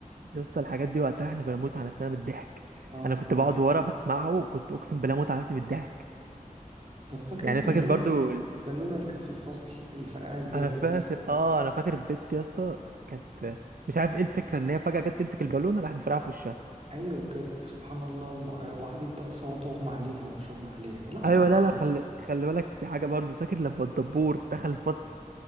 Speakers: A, on the right; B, on the right.
A: يا اسطى الحاجات دي وقتها احنا كنا بنموت على نفسنا بالضحك
B: اه
A: انا
B: بصراحة
A: كنت بقعد ورا بسمعه وكنت اقسم بالله موت على نفسي بالضحك
B: طب فاكر
A: يعني
B: البالونة
A: انا فاكر برضو ال-
B: البالونة اللي كانت في الفصل اللي فرقعت جامد
A: انا فاكر
B: دي
A: اه انا فاكر بنت يا اسطى كانت مش عارف ايه الفكره ان هي فجاه جت تمسك البالونه راحت مفرقعه في وشها
B: ايوه بجد سبحان الله الم... وقعدت بقى تصوت واغمى عليها ومش اغمى عليها ايه العبط
A: ايوه
B: ده
A: لا لا خلي خلي بالك في حاجه برضو فاكر لما الدبور دخل الفصل